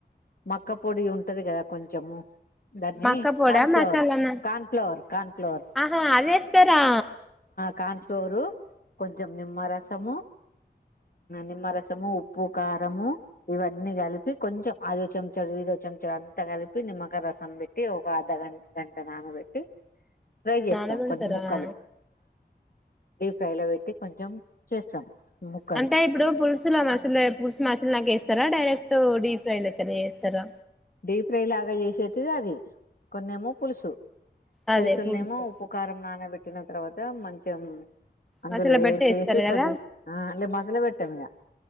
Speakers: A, on the left; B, in the centre.
A: మక్క పొడి ఉంటది కదా కొంచెము దాన్ని
B: మక్క పొడా
A: కార్న్ ఫ్లోర్
B: మసాలానా
A: కార్న్ ఫ్లోర్ కార్న్ ఫ్లోర్
B: ఆహా అదేస్తారా
A: కాన్ట్లూరు కొంచం నిమ్మ రసము నిమ్మ రసము ఉప్పు కారము ఇవన్నీ కలిపి కొంచెం అఐదో చెంచాలు ఇఐదో చెంచాలు అంతా కలిపి నిమ్మక రసం పెట్టి ఒక అర్ధ గ గంట నానబెట్టి ఫ్రై చేస్తాం
B: నానబెడతారా
A: కొన్ని ముక్కలు డీ ఫ్రైలో పెట్టి కొంచెం చేస్తాం ముక్కలు
B: అంటే ఇప్పుడు పులుసుల మసలు పులుసు మసులు నా ఇస్తారా డైరెక్ట్ డీప్ ఫైల్ లెక్కనే చేస్తారా
A: డీప్ ఫ్రై లాగా చేసేటది అది కొన్నేమో పులుసు
B: అదే
A: పుల్సుల్నేమో
B: పులుసు
A: ఉప్పుకారం నానబట్టిన తర్వాత ఇదా మంచం అందులో
B: మసాలా
A: వేసేసి
B: పెట్టి వేస్తారు కదా
A: కొద్ది ఆ అ మసాల పెట్టాము. ఇక